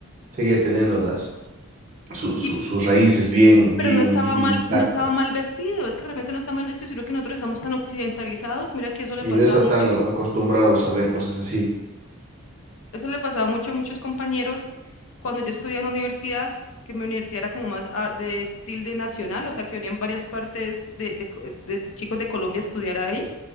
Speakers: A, on the right; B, on the left.
A: seguía teniendo las, su- su-
B: Y,
A: sus raíces bien, bien,
B: pero no estaba
A: bien
B: mal,
A: intactas
B: no estaba mal vestido. Es que realmente no está mal vestido, sino que nosotros estamos tan occidentalizados. Mira que eso le
A: y
B: pasaba
A: no está
B: mucho
A: tan acostumbrados a ver cosas así.
B: Eso le pasaba mucho a muchos compañeros cuando yo estudiaba en universidad, que mi universidad era como más ah, de tilde nacional, o sea, que venían varias partes de, de co- de chicos de Colombia a estudiar ahí.